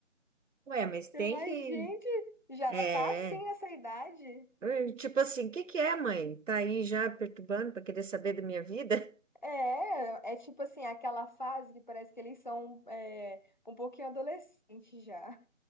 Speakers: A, on the right; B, on the left.
A: Ué, mas tem
B: Mas,
A: que.
B: gente, já
A: É.
B: tá assim nessa idade?
A: Eh, Tipo assim, o que que é, mãe? Tá aí já perturbando para querer saber da minha vida? <laughs>
B: É, é tipo assim, aquela fase que parece que eles são é, um pouquinho adolescentes já.